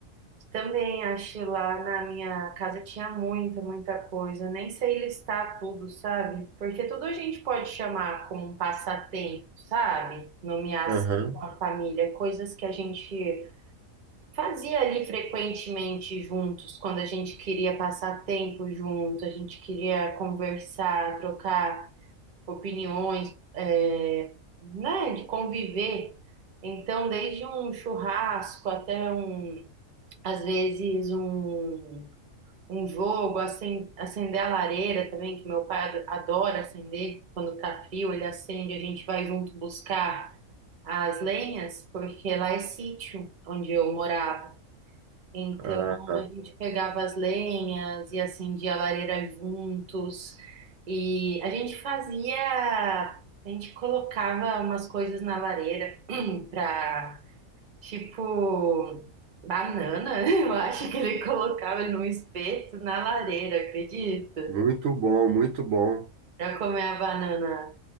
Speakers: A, on the right; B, on the right.
A: Também acho lá na minha casa tinha muita, muita coisa. Nem sei listar tudo, sabe? Porque tudo a gente pode chamar como um passatempo, sabe? Nomear assim
B: Aham.
A: com a família, coisas que a gente fazia ali frequentemente juntos, quando a gente queria passar tempo junto, a gente queria conversar, trocar opiniões, é, né? De conviver. Então, desde um churrasco até um às vezes um, um jogo, acen- acender a lareira também, que meu pai ad- adora acender quando tá frio, ele acende, a gente vai junto buscar as lenhas, porque lá é sítio onde eu morava. Então
B: Ah,
A: a gente pegava as lenhas e acendia a lareira juntos. E a gente fazia, a gente colocava umas coisas na lareira <clears throat> para tipo banana, <laughs> eu acho que ele colocava ele num espeto na lareira, acredita?
B: Muito bom, muito bom.
A: Pra comer a banana